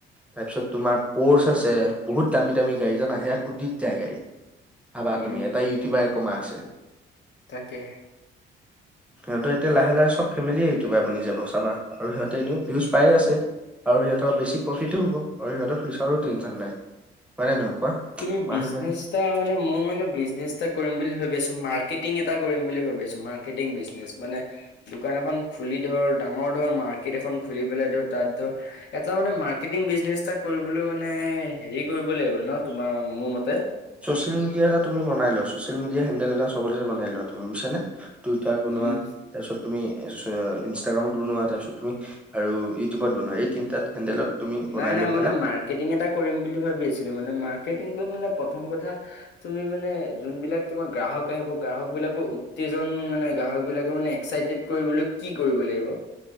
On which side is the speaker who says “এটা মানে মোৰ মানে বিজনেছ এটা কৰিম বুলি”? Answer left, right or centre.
Left